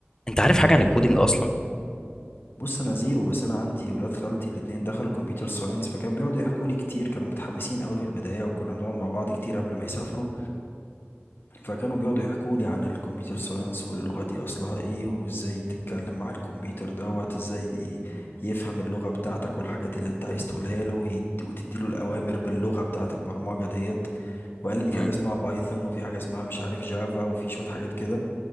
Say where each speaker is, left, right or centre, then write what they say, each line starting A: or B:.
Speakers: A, on the left; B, on the left.
A: انت عارف حاجه
B: أه
A: عن الكودينج اصلا
B: بص انا زيرو بس انا عندي ولاد خالتي الاتنين دخلوا كمبيوتر ساينس فكانوا بيقعدوا يحكوا لي كتير كانوا متحمسين قوي في البداية وكنا بنقعد مع بعض كتير قبل ما يسافروا فكانوا بيقعدوا يحكوا لي عن الكمبيوتر ساينس واللغة دي أصلها إيه وإزاي تتكلم مع الكمبيوتر دوت إزاي ي- يفهم اللغة بتاعتك والحاجات اللي أنت عايز تقولها له ويد- وتديله الأوامر باللغة بتاعت البرمجة ديت وقال لي إن في
A: مم.
B: حاجة اسمها بايثون وفي حاجة اسمها مش عارف جافا وفي شوية حاجات كده